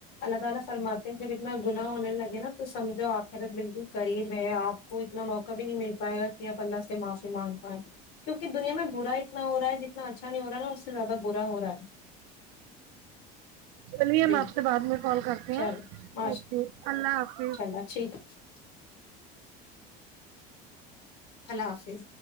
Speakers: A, on the left; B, on the right.
A: اللہ تعالی فرماتے ہیں جب اتنا گنا ہونے لگے نا تو سمجھو آخرت بالکل قریب ہے آپ کو اتنا موقع بھی نہیں مل پائے گا کہ آپ اللہ سے معافی مانگ پائیںے کیونکہ دنیا میں برا اتنا ہو رہا ہے جتنا اچھا نہیں ہو رہا نا اس سے زیادہ برا ہو رہا ہے
B: چلیے ہم
A: جی
B: آپ سے بعد میں کال کرتے
A: چلو
B: ہیں
A: ماشاء
B: اوکے اللہ حافظ
A: <unintelligible> اللہ حافظ